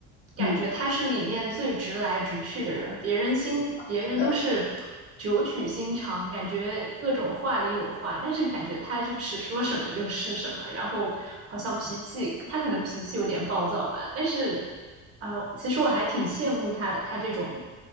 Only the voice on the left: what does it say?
嗯，
是的，